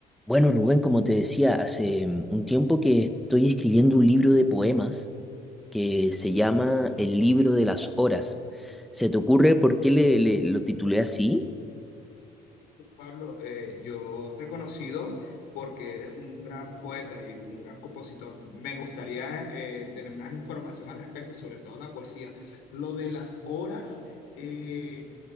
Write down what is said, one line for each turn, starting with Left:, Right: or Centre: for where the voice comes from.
Centre: Bueno, Rubén, como te decía, hace mm, un tiempo que estoy escribiendo un libro de poemas que se llama El libro de las horas. ¿Se te ocurre por qué le, le- lo titulé así?
Left: Pablo, eh, yo te he conocido porque eres un gran poeta y un gran compositor. Me gustaría eh, tener más información al respecto, sobre todo la poesía. Lo de las horas, eh,